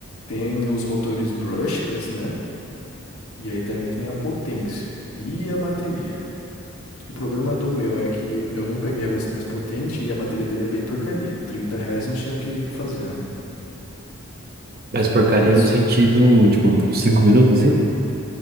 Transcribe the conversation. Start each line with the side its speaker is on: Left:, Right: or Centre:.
Left: Tem os motores brushless, né? E aí também tem a potência e a bateria. O problema do meu é que eu não peguei a versão mais potente e a bateria dele é bem porcaria. 30 reais não tinha o que fazer, né?
Right: Mas porcaria
Left: Mas
Right: no sentido, tipo, cinco minutos assim?